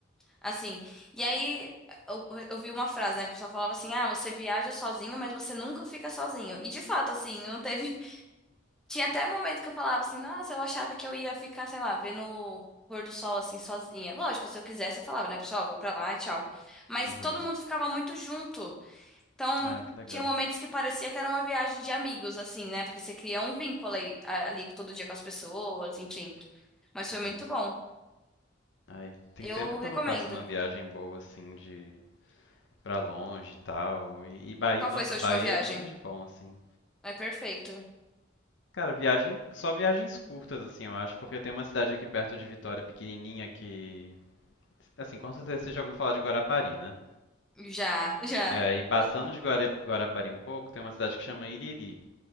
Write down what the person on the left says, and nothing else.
Uhum.
Ai, que legal.
Uhum.
Ai, tem
tempo que
eu não faço uma viagem boa, assim, de... pra longe e tal. E, e Bahia...
Nossa,
Bahia
é tudo de bom, assim.
Cara, viagem, só viagens curtas, assim, eu acho, porque tem uma cidade aqui perto de Vitória, pequenininha, que, assim, com certeza você já ouviu falar de Guarapari, né?
E aí, passando
de Guara- Guarapari um pouco, tem uma cidade que chama Iriri.